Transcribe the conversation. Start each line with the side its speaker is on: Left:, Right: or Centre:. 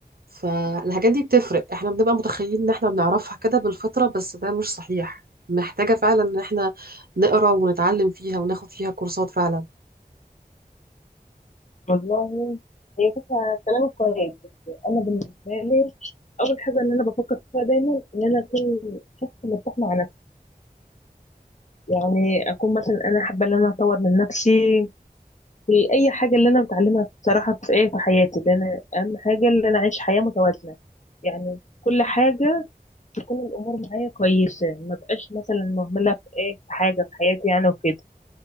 Right: فالحاجات دي بتفرق احنا بنبقى متخيلين ان احنا بنعرفها كده بالفطرة بس ده مش صحيح محتاجة فعلا ان احنا نقرا ونتعلم فيها وناخد فيها كورسات فعلا
Left: والله هي فكرة كلامك كويس بس أنا بالنسبة لي أول حاجة إن أنا بفكر فيها دايما إن أنا أكون شخص مرتاح مع نفسي يعني أكون مثلا أنا حابة إن أنا أطور من نفسي في أي حاجة اللي أنا بتعلمها بصراحة في إيه في حياتي اللي أنا أهم حاجة إن أنا أعيش حياة متوازنة يعني كل حاجة تكون الأمور معايا كويسة ما بقاش مثلا مهملة في إيه في حاجة في حياتي يعني وكده